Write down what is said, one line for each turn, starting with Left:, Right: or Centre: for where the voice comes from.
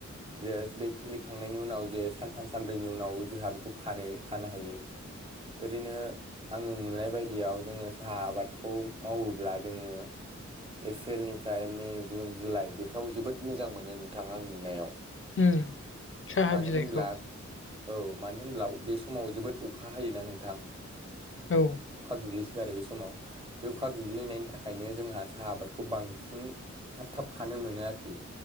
Right: जे सा बे खिलिखांनायनि उनाव जे सानथाम सानब्रैनि उनाव जोहा बेखौ खानो खानो हायो ओरैनो आङो नुनाय बायदियाव जोङो साहा आबादखौ मावोब्ला जोङो एप्रिलनिफ्राय मे, जुन, जुलाइ बेफ्राव जोबोद मोजां मोनो नोंथां आं नुनायाव।
Left: उम साहा
Right: मानो
Left: बिलाइखौ।
Right: होनब्ला औ मानो होनब्ला बे समाव जोबोद अखा हायोना नोंथां
Left: औ
Right: अखा गोग्लैसो गारो बे समाव अखा गोग्लैनायनि थाखायनो जोंहा साहा आबादखौ बांसिन थाब थाब खानो मोनो आरोखि